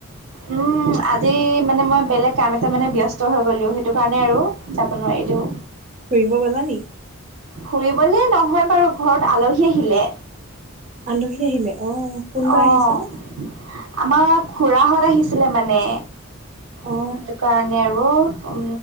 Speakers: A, on the right; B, on the right.
A: <inaudible>
B: উম আজি মানে মই বেলেগ কাম এটা মানে ব্যাস্ত হৈ গ'লো, সেইটো কাৰণে আৰু যাব নোৱাৰিলো।
A: ফুৰিব গ'লা নি?
B: ফুৰিবলে নহয় বাৰু ঘৰত আলহী আহিলে।
A: আলহী আহিলে অ'। কোনোবা
B: অ',
A: আহিছিলে
B: আমাৰ খুৰাহঁত আহিছিলে মানে।
A: অ
B: <unintelligible> টো কাৰণে আৰু। উম,